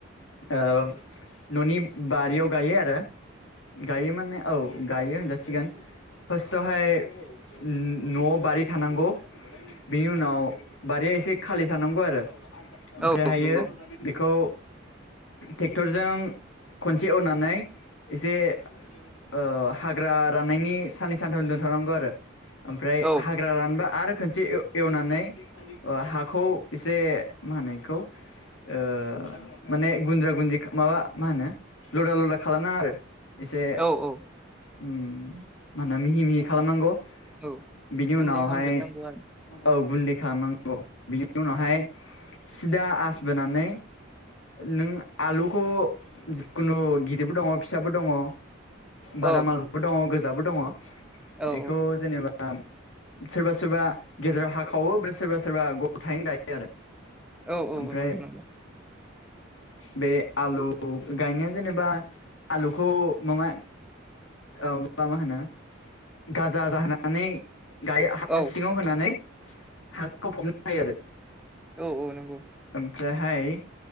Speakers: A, on the left; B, in the centre.
A: ओ न'नि बारियाव गायो आरो। गायो मोने औ गायो होनजासिगोन फार्स्टआव हाय उम न'आव बारि थानांगौ बेनि उनाव बारिया एसे खालि थानांगौ आरो ओमफ्रायहायो
B: औ नंगौ
A: बेखौ ट्रेक्टरजों खनसे एवनानै एसे ओ हाग्रा राननायनि साननै सानथाम दोनथ'नांगौ आरो ओमफ्राय
B: औ
A: हा गोरान रानबा आरो खनसे एव-एवनानै ओ हाखौ एसे मा होनो एखौ ओ माने गुन्द्रा-गुन्द्रि माबा मा होनो लदा लदा खालामनाङा आरो एसे
B: औ औ
A: उम मा होनो मिहि-मिहि खालामनांगौ
B: औ
A: बिनि
B: गुन्दै
A: उनावहाय
B: खालामजोबनांगौ आरो
A: औ गन्दै खालामनांगौ बिनि उनावहाय सिदा आसबोनानै नों आलुखौ जिखुनु गिदिरबो दङ फिसाबो दङ बादाम
B: औ
A: आलुबो दङ गोजाबो दङ
B: औ
A: बेखौ जेनेबा सोरबा सोरबा गेजेराव हाखावो ओमफ्राय सोरबा सोरबा गथायैनो गायो आरो।
B: औ औ
A: ओमफ्राय
B: नंगौ नंगौ
A: बे आलु गायनाया जेनेबा आलुखौ माबा औ मा मा होनो गाजा जाहोना नानै गायो हा
B: औ
A: सिङाव होनानै हाखौ फब आरो
B: औ औ नंगौ
A: आमफ्राय हाय